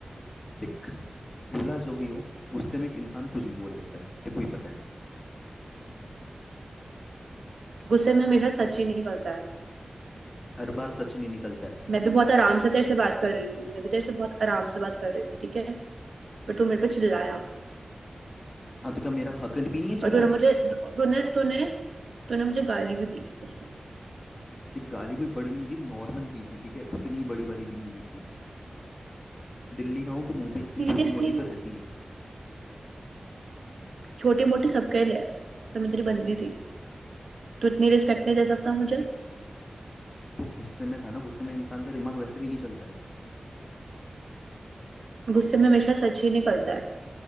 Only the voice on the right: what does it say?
गुस्से में हमेशा सच ही निकलता है
मैं भी बहुत आराम से तेरे से बात कर रही थी मैं भी तेरे से बहुत आराम से बात कर रही थी ठीक है पर तू मेरे पे चिल्लाया
और
तूने
मुझे तूने तूने तूने मुझे गाली भी दी उसमें
सीरियसली
छोटी मोटी सबके लिए है, पर मैं तेरी बंदी थी तू इतनी रिस्पेक्ट नहीं दे सकता मुझे
गुस्से में हमेशा सच ही निकलता है